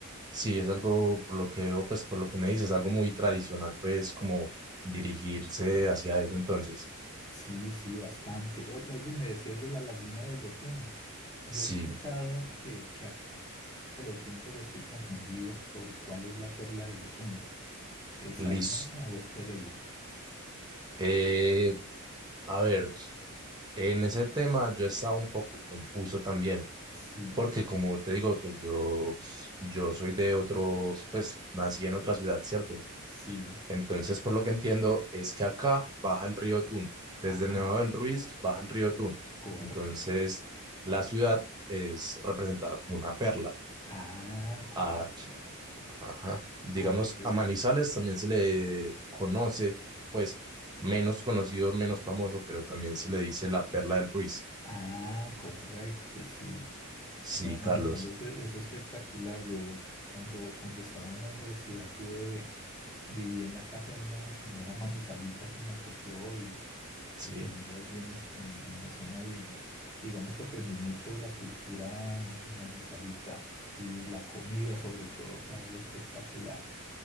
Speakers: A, on the right; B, on the left.
A: sí, es algo, por lo que veo, pues por lo que me dices, algo muy tradicional, pues como dirigirse hacia eso entonces.
B: Sí, sí, bastante. Oye, oye, me decías de la laguna del Otún. Yo
A: Sí,
B: he escuchado que, que habla del Otún, pero estoy confundido sobre cuál es la perla del Otún. ¿Es
A: listo.
B: Armenia o es Pereira?
A: Eh, a ver, en ese tema yo estaba un poco confuso también.
B: Sí,
A: Porque como te digo, pues yo, yo soy de otro, pues nací en otra ciudad, ¿cierto?
B: sí.
A: Entonces, por lo que entiendo, es que acá baja el río Tun. Desde
B: Ah,
A: el Nevado del Ruiz baja el río Tun.
B: correcto.
A: Entonces, la ciudad es representada como una perla.
B: Ah, correcto.
A: A, ajá. Digamos,
B: Correcto.
A: a Manizales también se le conoce, pues menos conocido, menos famoso, pero también se le dice la perla del Ruiz.
B: Ah, correcto, sí.
A: Sí,
B: No,
A: Carlos.
B: Manizales es, es espectacular. Yo cuando, cuando estaba en la universidad tuve Viví en la casa de una señora manizalita que me acogió y
A: Sí.
B: viví allí en, es- en, en la zona y digamos que aprendí mucho de la cultura manizalita y la comida sobre todo fue algo espectacular,